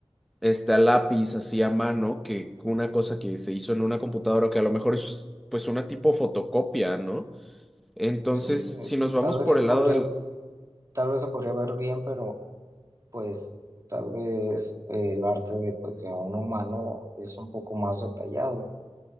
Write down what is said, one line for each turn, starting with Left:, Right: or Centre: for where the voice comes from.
Centre: este, a lápiz, así a mano, que una cosa que se hizo en una computadora, que a lo mejor es pues una tipo fotocopia, ¿no? Entonces,
Right: Sí, eh,
Centre: si nos vamos
Right: tal vez
Centre: por
Right: se podría,
Centre: el lado del...
Right: tal vez se podría ver bien, pero pues tal vez eh, el arte de, pues, de un humano es un poco más detallado.